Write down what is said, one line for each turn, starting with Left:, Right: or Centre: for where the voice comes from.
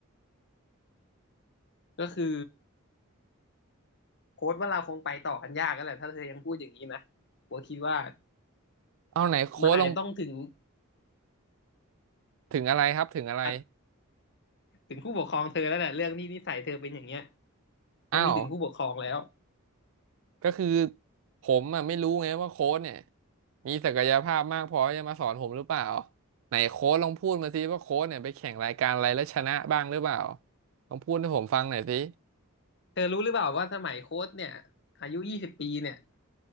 Left: ก็คือโค้ชว่าเราคงไปต่อกันยากแล้วแหละถ้าเธอยังพูดอย่างนี้นะโค้ชคิดว่า
Right: เอาไหนโค้ชลง
Left: มันอาจจะต้องถึง
Right: ถึงอะไรครับถึงอะไร
Left: อาจถึงผู้ปกครองเธอแล้วแหละเรื่องที่นิสัยเธอเป็นอย่างเงี้ยต้องมีถึงผู้ปกครองแล้ว
Right: อ้าวก็คือผมอ่ะไม่รู้ไงว่าโค้ชเนี่ยมีศักยภาพมากพอที่จะมาสอนผมหรือเปล่าไหนโค้ชลองพูดมาสิว่าโค้ชเนี่ยไปแข่งรายการอะไรแล้วชนะบ้างหรือเปล่าลองพูดให้ผมฟังหน่อยสิ
Left: เธอรู้หรือเปล่าว่าสมัยโค้ชเนี่ยอายุยี่สิบปีเนี่ย